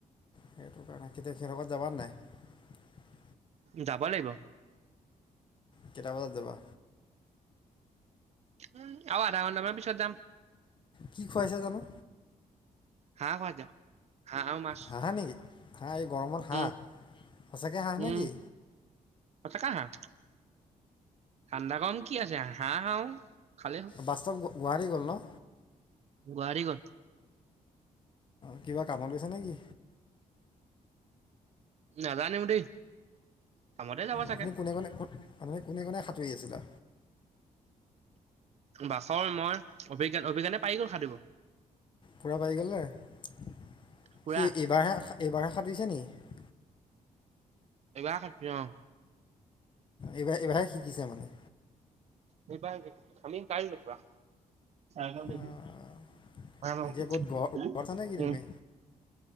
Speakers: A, on the left; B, on the right.
A: সেইটো কাৰণে কেতিয়া সিহতৰ ঘৰত যাবা নাই?
B: যাব লাগিব।
A: কেইটা বজাত যাবা?
B: উম আৰু আধা ঘণ্টামান পিছত যাম।
A: কি খুৱাইছে জানো?
B: হাহঁ কোৱা যাওঁ, হাহঁ অ মাছ।
A: হাঁহ নেকি হাঁহ এই গৰমত হাঁহ,
B: উম
A: সঁচাকে হাঁহ
B: উম
A: নেকি?
B: সঁচাকে হাঁহ ঠাণ্ডা কম কি আছে হাঁহ হাও খালে হ'ল।
A: বাস্তৱ গুৱাহাটী গ'ল ন?
B: গুৱাহাটী গল।
A: কিবা কামত গৈছে নেকি?
B: নাজানো দেই। কামতে যাব চাগে
A: আপুনি কোনে কোনে কত, আপুনি কোনে কোনে সাঁতুৰি আছিলা?
B: বাখৰ মই অভিজ্ঞানে অভিজ্ঞানে পাৰি গল সাতুৰিব।
A: পোৰা পাৰি গলে, সি
B: পুৰা
A: এইবাৰহে এইবাৰ হে সাঁতুৰিছে নিকি?
B: এই বাৰে সাঁতুৰি অ।
A: এইবাৰ এইবাৰে শিকিছে মানে।
B: আমি পাৰি গলো পোৰা। হ
A: অ',
B: ন
A: এতিয়া
B: উম।
A: ক'ত ঘৰ ঘৰত আছা নেকি তুমি